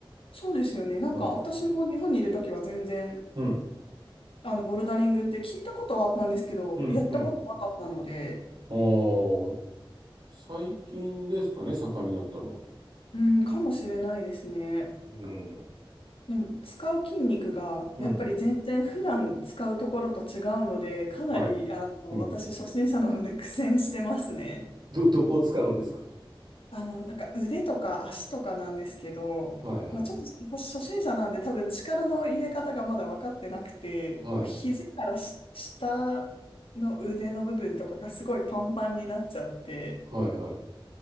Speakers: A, on the left; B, on the right.
A: そうですよね。なんか私も日本にいるときは全然、
B: うん。うん。
A: あの、ボルダリングって聞いたことはあったんですけど、
B: うん。
A: やったことなかったので、
B: うん。ああ、最近ですかね、盛んになったのは。
A: うん、かもしれないですね。
B: うん。
A: でも、使う筋肉が、
B: うん。
A: やっぱり全然普段使うところと違うので、かなり、
B: はい。
A: あの、
B: うん。
A: 私初心者なので苦戦してますね。
B: ど、どこを使うんですか
A: あの、なんか腕とか足とかなんですけど、
B: はいはい。
A: まあ、ちょっと私初心者なんで多分力の入れ方がまだ分かってなくて、
B: はい。
A: こう肘からし下の腕の部分とかがすごいパンパンになっちゃって、
B: はいはい。